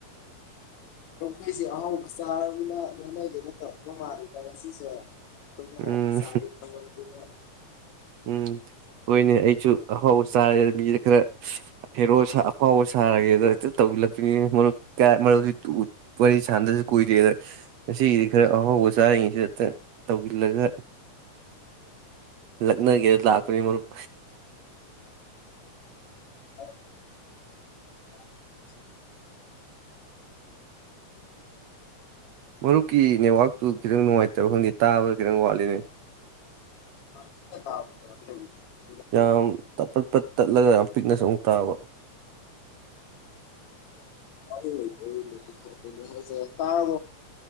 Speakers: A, on the left (about 70°); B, on the right (about 70°).
A: <inaudible> ꯑꯍꯥꯎꯕ ꯆꯥꯔꯕꯅꯤꯅ ꯂꯦꯝꯅꯒꯦꯅ ꯇꯧꯔꯛꯄ ꯃꯥꯂꯦꯗ ꯉꯁꯤꯁꯦ ꯑꯩꯈꯣꯏꯗꯤ
B: ꯎꯝ
A: ꯍꯥꯎꯅ ꯆꯕꯩ <inaudible>
B: ꯎꯝ ꯍꯣꯏꯅꯦ ꯑꯩꯁꯨ ꯑꯍꯥꯎꯕ ꯆꯥꯔꯦ ꯃꯤꯁꯦ ꯈꯔ ꯍꯦꯔꯣ ꯁꯥ ꯑꯐꯥꯎꯕ ꯁꯥꯔꯒꯦꯗ ꯍꯦꯛꯇ ꯇꯧꯖꯤꯜ ꯂꯛꯄꯅꯤꯅꯦ ꯃꯔꯨꯞ <unintelligible> ꯋꯥꯔꯤ ꯁꯥꯟꯗꯕꯁꯨ ꯀꯨꯏꯔꯦꯅ ꯉꯁꯤꯒꯤꯗꯤ ꯈꯔ ꯑꯍꯥꯎꯕ ꯆꯥꯔꯤꯉꯩꯁꯤꯗ ꯍꯦꯛꯇ ꯇꯧꯁꯤꯜꯂꯒ ꯂꯛꯅꯒꯦꯅ ꯂꯥꯛꯄꯅꯤ ꯃꯔꯨꯞ
A: <unintelligible> ꯉꯥꯛꯇꯪꯒ
B: ꯃꯔꯨꯞꯀꯤ ꯅꯦꯠꯋ꯭ꯔꯥꯛꯇꯨ ꯈꯤꯇꯪ ꯅꯨꯡꯉꯥꯏꯇꯕ ꯈꯪꯗꯦ ꯇꯥꯕꯗ ꯈꯤꯇꯪ ꯋꯥꯠꯂꯤꯅꯦ
A: <unintelligible>
B: ꯌꯥꯝ ꯇꯠ ꯇꯠ ꯇꯠ ꯇꯠꯂꯒ ꯄꯤꯛꯅꯁꯨ ꯑꯃꯨꯛ ꯇꯥꯕ
A: ꯑ ꯂꯩ ꯀ <unintelligible>